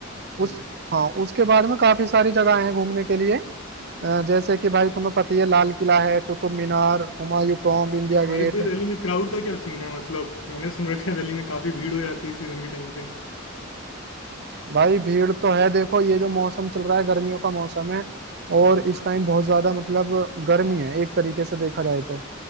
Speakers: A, on the left; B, on the right.
A: हम्म
B: उस हाँ उसके बाद में काफी सारी जगह हैं घूमने के लिए अ, जैसे कि भाई तुम्हें पता ही है लाल किला है Qutub Minar Humayun Tomb India
A: और खालिद
B: Gate
A: भाई दिल्ली में क्राउड का क्या सीन है मतलब मैंने सुन रखा है दिल्ली में काफी भीड़ हो जाती है सीजन के टाइम पे
B: भाई भीड़ तो है देखो ये जो मौसम चल रहा है गर्मियों का मौसम है और
A: हाँ
B: इस टाइम बहुत ज्यादा मतलब गर्मी है एक तरीके से देखा जाए तो